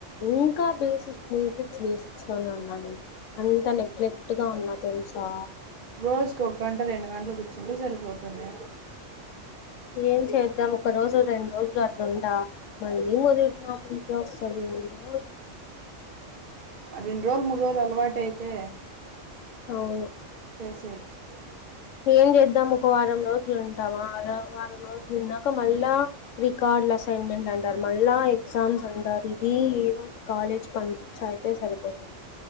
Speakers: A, on the left (about 80°); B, on the right (about 55°).
A: ఇంకా బేసిక్ బేసిక్స్ బేసిక్స్ లోనే ఉన్నా నేను అంత నెగ్లెక్ట్ గా ఉన్నా తెలుసా
B: రోజుకి ఒక గంట రెండు గంటలు కూర్చుంటే సరిపోతుంది
A: ఏం చేద్దాం ఒక రోజు రెండు రోజులు అట్లుంటా మళ్ళీ మొదటి మామూలుకే వస్తుంది ఏం దో
B: రెండు రోజులు మూడు రోజులు అలవాటు అయితే
A: అవును
B: చేసేయొచ్చు
A: ఏం చేద్దాం ఒక వారం రోజులు ఉంటామా వారం రోజులు ఉన్నాక మళ్ళా రికా ర్డులూ అసైన్మెంట్ అంటారు మళ్ళా ఎగ్జామ్స్ అంటారు అది ఏదోటి కాలేజ్ పంచాయితే సరిపోతాన